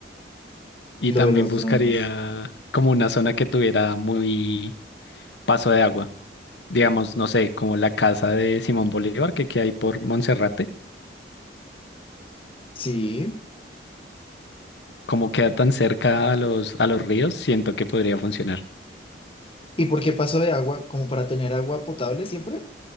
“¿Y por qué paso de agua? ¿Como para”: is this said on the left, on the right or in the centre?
Left